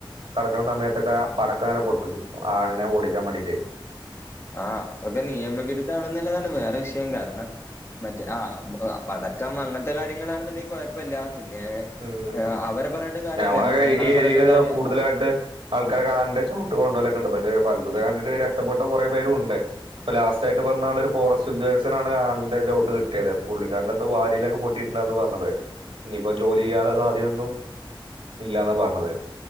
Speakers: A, on the right; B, on the left.
A: കടക്ക്ണ സമയത്തൊക്കെ പടക്ക ഇങ്ങനെ പൊട്ടിച്ചും ആനേനെ ഓടിക്കാൻ വേണ്ടിട്ട്
B: <inaudible> ആഹ അതൊക്കെ നിയമവിരുദ്ധമാണെന്നുള്ളതാണ് വേറെ വിഷയം കാരണം മറ്റേ ആ പട ക്കം അങ്ങനത്തെ കാര്യങ്ങളാണെന്നുണ്ടെങ്കിൽ കുഴപ്പമില്ല പിന്നെ
A: ഉം
B: അവരെ പറഞ്ഞിട്ട് കാര്യല്ല
A: ഞമ്മളൊക്കെ
B: മൃഗങ്ങളെ
A: ഈ ഏരിയയിലതാ
B: പറഞ്ഞിട്ടും കാര്യല്ല
A: കൂടുതലായിട്ട് ആൾക്കാരൊക്കെ ആനന്റെ ചവുട്ട് കൊണ്ടൊലൊക്ക ഉണ്ട് പക്ഷേ അത്ഭുതം കണ്ടിട്ട് രഷ്പ്പെട്ട കുറെേ പേരും ഉണ്ട് ഇപ്പൊ ലാസ്റ്റായിട്ട് വന്ന ആൾ ഒരു ഫോറസ്റ്റ് ഉദ്യോഗസ്ഥനാണ് ആനെന്റെ ചൗട്ട് കിട്ടിയത് പുള്ളിക്കാരന്റെ എന്തോ വാരിയെല്ലൊക്കെ പൊട്ടിട്ട് എന്താന്ന് പറഞ്ഞത് ഇപ്പൊ ജോലി ചെയ്യാതെ സാധ്യത ഒന്നും ഇല്ലന്നാ പറഞ്ഞത്